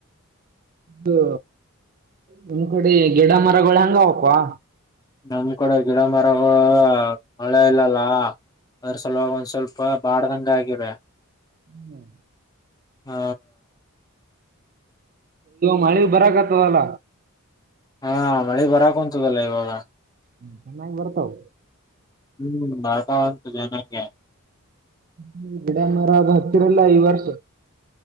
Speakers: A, on the right; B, on the left.
A: ಇದು ನಿಮ್ ಕಡೆ ಗಿಡ ಮರಗಳು ಹಂಗ ಹಕ್ವಾ
B: ನಮ್ ಕೂಡ ಗಿಡ ಮರಗಳು ಮಳೆ ಇಲ್ಲಲ್ಲ ಅದ್ರ ಸಲುವಾಗ ಒಂದ್ ಸ್ವಲ್ಪ ಬಾಡ್ದಂಗ ಆಗೆದೇ
A: ಹ್ಮ್
B: ಹಾ
A: ಮಳಿ ಬರಕತದಲ.
B: ಹಾ ಮಳಿ ಬರಕುಂತದಲ ಇವಾಗ.
A: ಹ್ಮ ಚೆನ್ನಾಗಿ ಬರ್ತಾವ.
B: ಹ್ಮ್ <unintelligible> ಜನಕ್ಕೆ.
A: ಹುಂ ಗಿಡ ಮರ ಅದ ಹತ್ತಿರಲ್ ಈ ವರ್ಷ.